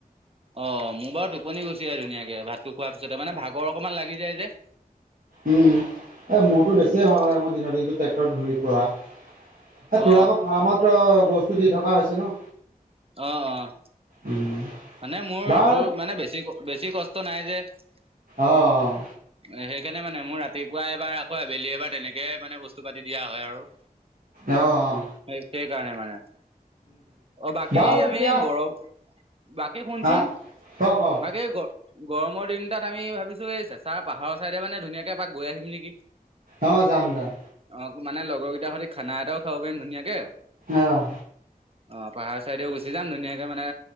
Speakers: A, on the right; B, on the right.
A: অহ মোৰ বাৰু টোপনি গুচি আহে ধুনীয়াকে ভাতটো খোৱাৰ পিছতে মানে ভাগৰ অকমান লাগি যায় যে।
B: উম এ মোৰতো
A: উম
B: বেছিয়ে ভাগ
A: উম
B: লাগে মই দিনৰ দিনটো ট্ৰেক্টৰত ঘূৰি। এ তোৰ
A: অ
B: আকৌ ফাৰ্মত বস্তু দি থকা হৈছে ন।
A: অহ অহ।
B: উম।
A: মানে মোৰ
B: বাৰু
A: তোৰ মানে বেছি বেছি কষ্ট নাই যে মানে।
B: অ',
A: সেইকাৰণে মানে মোৰ ৰাতিপুৱা এবাৰ আকৌ আবেলি এবাৰ তেনেকে মানে বস্তু পাতি দিয়া হয় আৰু।
B: অহ অহ।
A: সেই সেইকাৰণে মানে অ বাকী
B: বাৰু তেতিয়া
A: আমি গৰম। বাকী শুনচোন
B: আহ ক ক
A: বাকী গ। গৰমৰ দিন এটাত আমি ভাবিছোঁ এই চেঁচা পাহাৰৰ চাইডে মানে ধুনীয়াকে এপাক গৈ আহিম নেকি।
B: অহ যাম যাম।
A: অহ মানে লগৰকেইটাৰ সৈতে খানা এটাও খাব পাৰিম ধুনীয়াকে।
B: অহ।
A: অহ পাহাৰ চাইডেও গুচি যাম ধুনীয়াকে মানে